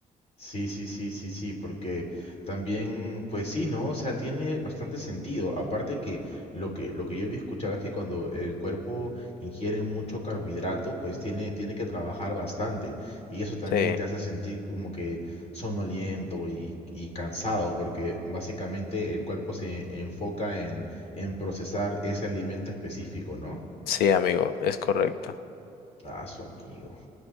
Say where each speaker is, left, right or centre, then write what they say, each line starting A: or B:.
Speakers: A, on the left; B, on the left.
A: Sí, sí, sí, sí, sí, porque también, pues sí, ¿no? O sea, tiene bastante sentido. Aparte que lo que, lo que yo había escuchado es que cuando el cuerpo ingiere mucho carbohidrato, pues tiene, tiene que trabajar bastante. Y eso también
B: Sí,
A: te hace sentir como que somnoliento y, y cansado, porque básicamente el cuerpo se enfoca en, en procesar ese alimento específico, ¿no?
B: sí, amigo, es correcto.
A: Ah, su amigo.